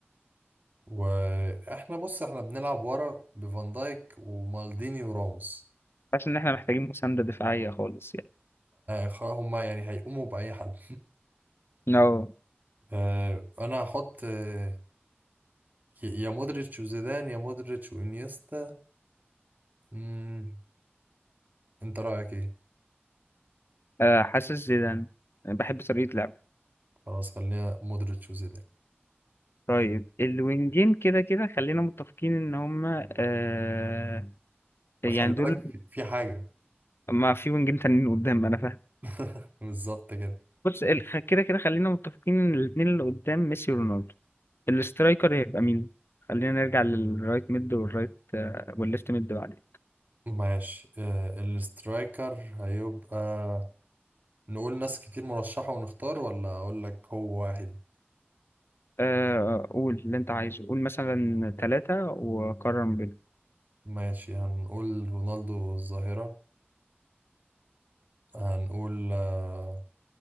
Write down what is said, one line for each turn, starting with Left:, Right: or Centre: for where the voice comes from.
Right: واحنا بص احنا بنلعب ورا بفان دايك ومالديني وراموس
Left: حاسس ان احنا محتاجين مساندة دفاعية خالص يعني
Right: فهم يعني هيقوموا بأي حد
Left: no.
Right: آه، انا هحط آه، يا مودريتش وزيدان يا مودريتش وانيستا مم، انت رأيك ايه
Left: آه حاسس زيدان بحب طريقة لعبه
Right: خلاص خلينا مودريتش وزيدان
Left: طيب الوينجين كده كده خلينا متفقين ان هما آه يعني
Right: ما خلي بالك
Left: دول
Right: في في حاجة
Left: ما في وينجين تانيين قدام انا فاهم
Right: <laughs> بالظبط كده
Left: بص ال- خ- كده كده خلينا متفقين ان الاتنين اللي قدام ميسي ورونالدو الاسترايكر هيبقى مين خلينا نرجع للرايت ميد والرايت آه والليفت ميد بعدين
Right: ماشي آه، الاسترايكر هيبقى نقول ناس كتير مرشحة ونختار ولا أقول لك هو واحد
Left: آه قول اللي انت عايزه قول مثلا ثلاثة وقرر ما بينهم
Right: ماشي هنقول رونالدو الظاهرة هنقول آه،